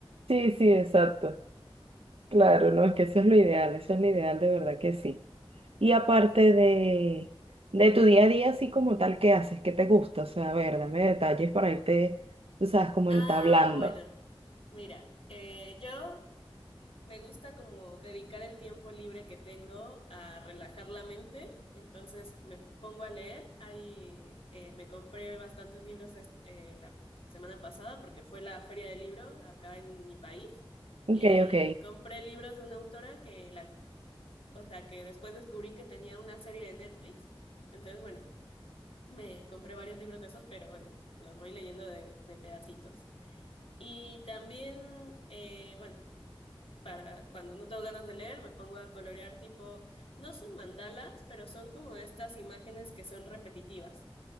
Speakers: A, on the right; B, on the left.
A: sí, sí, exacto. Claro, no, es que eso es lo ideal, eso es lo ideal, de verdad que sí. Y aparte de, de tu día a día, así como tal, ¿qué haces? ¿Qué te gusta? O sea, a ver, dame detalles para irte, tú sabes, como
B: Ah,
A: entablando.
B: bueno, mira, eh, yo Me gusta como dedicar el tiempo libre que tengo a relajar la mente, entonces me pongo a leer. Ahí eh, me compré bastantes libros es- eh, la semana pasada porque fue la feria del libro acá en mi país
A: Ok,
B: y
A: ok.
B: compré libros de una autora que la, o sea, que después descubrí que tenía una serie de Netflix. Entonces, bueno, me compré varios libros de esos, pero bueno, los voy leyendo de, de pedacitos. Y también, eh, bueno para cuando no tengo ganas de leer, me pongo a colorear tipo, no son mandalas, pero son como estas imágenes que son repetitivas,